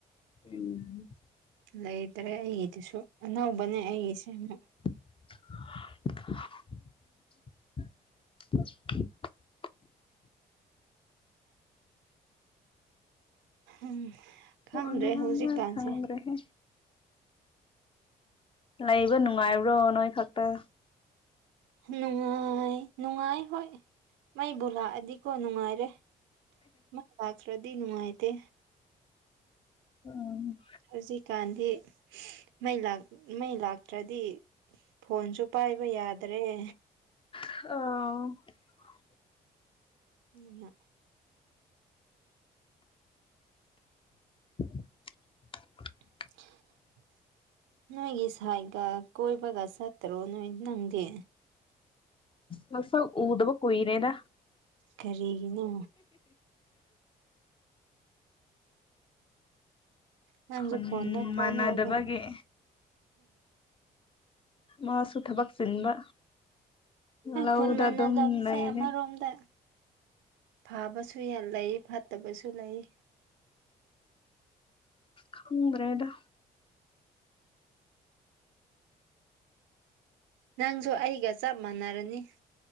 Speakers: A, on the left (about 25°); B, on the right (about 75°).
A: ꯎꯝ
B: ꯂꯩꯇ꯭ꯔꯦ ꯑꯩꯒꯤꯗꯨꯁꯨ ꯑꯅꯧꯕꯅꯦ ꯑꯩꯒꯤꯁꯦ ꯑꯃꯨ
A: <unintelligible> <unintelligible>
B: ꯎꯝ ꯈꯪꯗ꯭ꯔꯦ
A: ꯋꯥ ꯉꯥꯡꯕ
B: ꯍꯧꯖꯤꯛꯀꯥꯟꯁꯦ
A: ꯈꯪꯗ꯭ꯔꯦꯍꯦ ꯂꯩꯕ ꯅꯨꯡꯉꯥꯏꯕ꯭ꯔꯣ ꯅꯣꯏ ꯈꯛꯇ
B: ꯅꯨꯡꯉꯥꯏ ꯅꯨꯡꯉꯥꯏ ꯍꯣꯏ ꯃꯩꯕꯨ ꯂꯥꯛꯑꯗꯤꯀꯣ ꯅꯨꯡꯉꯥꯏꯔꯦ ꯃ ꯂꯥꯛꯥꯛ꯭ꯔꯗꯤꯅꯅꯨꯡꯉꯥꯏꯇꯦ
A: ꯎꯝ
B: ꯍꯧꯖꯤꯛ ꯀꯥꯟ ꯗꯤ ꯃꯩ ꯃꯩ ꯂꯥꯛꯇ꯭ꯔꯗꯤ ꯐꯣꯟꯁꯨ ꯄꯥꯏꯕ ꯌꯥꯗ꯭ꯔꯦ <unintelligible>
A: ꯑ
B: ꯎꯝ
A: <inaudible>
B: <unintelligible> ꯅꯣꯏꯒꯤ ꯁꯥꯏꯒ ꯀꯣꯏꯕꯒ ꯆꯠꯇꯔꯣ ꯅꯣꯏ ꯅꯪꯗꯦ
A: ꯃꯁ ꯎꯗꯕ ꯀꯏꯅꯦꯗꯥ
B: ꯀꯔꯔꯤꯒꯤꯅ ꯅꯪꯁꯨ
A: ꯈꯨꯟ
B: ꯐꯣꯟꯟꯗꯄ
A: ꯃꯥꯟꯅꯗꯕꯒꯤ
B: ꯀ
A: ꯃꯥꯁꯨ ꯊꯕꯛ ꯆꯤꯟꯕ ꯂꯧꯗ
B: ꯈꯟ ꯃꯥꯟꯅꯗꯕ
A: ꯑꯗꯨꯝ ꯂꯩꯔꯦ
B: ꯁꯤ ꯌꯥꯝ ꯔꯣꯝꯗ ꯐꯕꯁꯨ ꯂꯩ ꯐꯠꯇꯕꯁꯨ ꯂꯩ
A: ꯈꯗ꯭ꯔꯦꯗ
B: ꯅꯪꯁꯨ ꯑꯩꯒ ꯆꯞ ꯃꯥꯟꯅꯔꯅꯤ